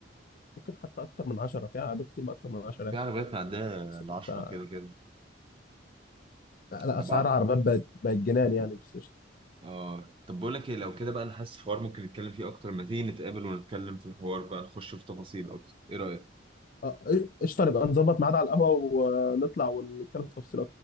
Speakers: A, on the left; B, on the right.
A: ممكن حتى اكتر من 10 فيها عربيات كتير بقى اكتر من 10
B: في
A: يعني
B: عربيات معدية
A: بس
B: العشرة
A: انت
B: كده كده
A: لا لا،
B: طب
A: اسعار
B: ع-
A: العربيات بقت بقت جنان يعني بس قشطه
B: اه طب بقول لك ايه لو كده بقى انا حاسس الحوار ممكن نتكلم فيه اكتر ما تيجي نتقابل ونتكلم في الحوار بقى نخش في تفاصيل اكتر ايه رأيك
A: آه، قشطه نبقى نظبط ميعاد على القهوه ونطلع ونتكلم في تفصيل